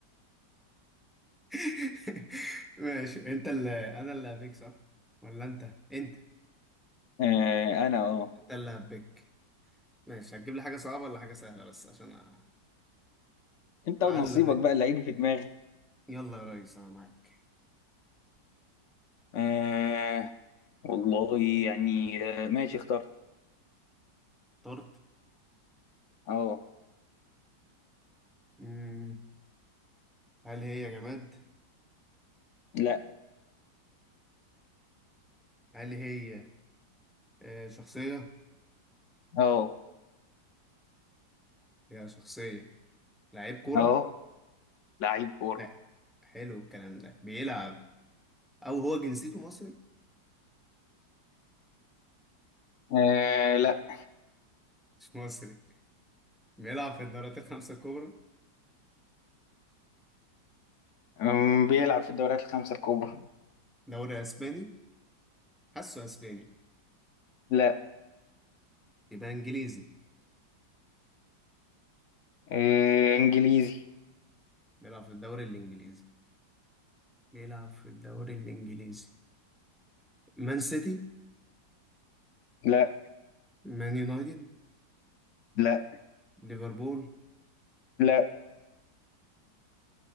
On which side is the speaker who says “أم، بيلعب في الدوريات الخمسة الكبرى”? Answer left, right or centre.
Left